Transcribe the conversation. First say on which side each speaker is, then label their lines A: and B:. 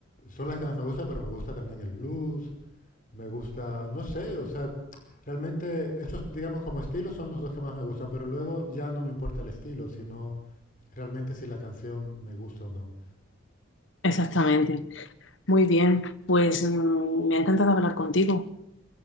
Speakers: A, on the left; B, on the left.
A: son las que más me gusta, pero me gusta también el blues, me gusta, no sé, o sea, realmente estos, digamos, como estilos son los dos que más me gustan, pero luego ya no me importa el estilo, sino realmente si la canción me gusta o no.
B: Exactamente. Muy bien, pues mm, me ha encantado hablar contigo.